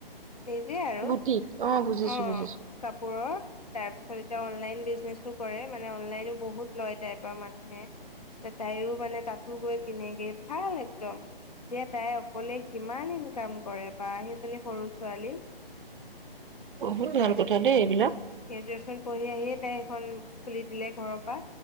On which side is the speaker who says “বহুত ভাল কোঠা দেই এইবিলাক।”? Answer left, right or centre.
Right